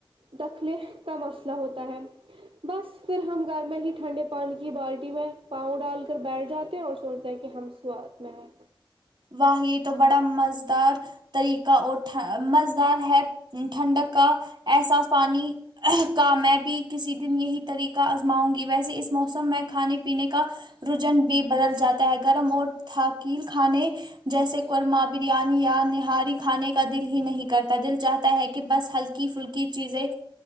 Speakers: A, on the right (about 70°); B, on the right (about 50°).
A: دخلے کا مسئلہ ہوتا ہے بس پھر ہم گھر میں ہی ٹھنڈے پانی کی بالٹی میں پاؤں ڈال کر بیٹھ جاتے ہیں اور سوچتے ہیں کہ ہم سواد میں ہے
B: واہ یہ تو بڑا مزدار طریقہ اور ٹھ مزدار ہے ٹھنڈک کا احساس پانی آہ کا میں بھی کسی دن یہی طریقہ آزماؤں گی ویسے اس موسم میں کھانے پینے کا رجن بھی بدل جاتا ہے گرم اور تھاکیل کھانے جیسے قورما بریانی یا نہاری کھانے کا دل ہی نہیں کرتا دل چاہتا ہے کہ بس ہلکی فھلکی کی چیزیں